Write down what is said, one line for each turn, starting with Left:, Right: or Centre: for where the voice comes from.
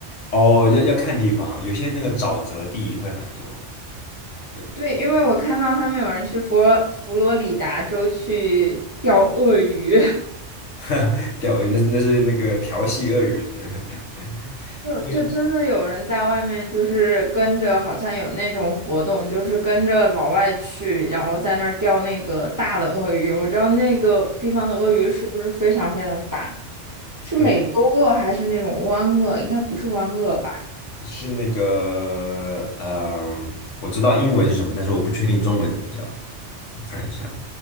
Left: 哦，要要看地方，有些那个沼泽地也会很多。对，
Right: 对，因为我看到他们有人去佛佛罗里达州去钓鳄鱼。
Left: <laughs> 钓鱼那是那是那个调戏鳄鱼是不是，<laughs>
Right: 就就真的有人在外面，
Left: 因为
Right: 就是跟着，好像有那种活动，就是跟着老外去，然后在那儿钓那个大的鳄鱼。我知道那个地方的鳄鱼是不是非常非常大？是美洲鳄还是那种湾鳄？
Left: 对
Right: 应该不是湾鳄吧？
Left: 是那个嗯、呃我知道英文是什么，但是我不确定中文怎么叫，我看一下。